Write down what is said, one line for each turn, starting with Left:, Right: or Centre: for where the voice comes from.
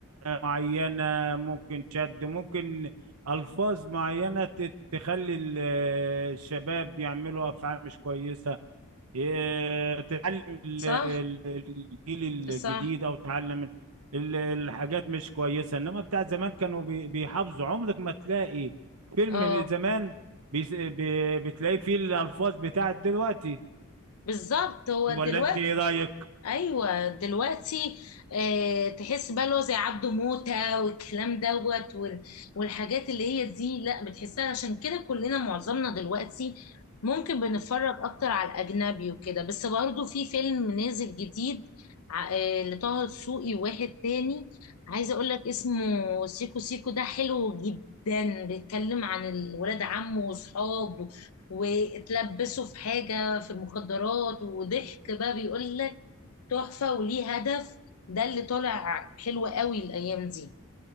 Right: معينة ممكن شد ممكن ألفاظ معينة ت- تخلي ال- الشباب يعملوا أفعال مش كويسة ي- تعلم ال-
Left: صح
Right: ال- الجيل
Left: صح
Right: الجديد أو تعلم ال- ال- الحاجات مش كويسة إنما بتاع زمان كانوا بي- بيحافظوا عمرك ما تلاقي فيلم
Left: اه
Right: زمان بيس- بي- بتلاقيه فيه الألفاظ بتاعت دلوقتي
Left: بالظبط هو دلوقتي
Right: ولا انت ايه رايك
Left: ايوه دلوقتي آه تحس بقى اللي هو زي عبده موته والكلام دوت وال- والحاجات اللي هي دي لا بتحسها عشان كده كلنا معظمنا دلوقتي ممكن بنتفرج اكتر على الاجنبي وكده بس برضه في فيلم نازل جديد ع- آه لطه دسوقي واحد تاني عايزه اقول لك اسمه سيكو سيكو ده حلو جدا بيتكلم عن الولاد عمه واصحابه واتلبسوا في حاجه في المخدرات وضحك بقى بيقول لك تحفة وليه هدف ده اللي طالع حلو قوي الأيام دي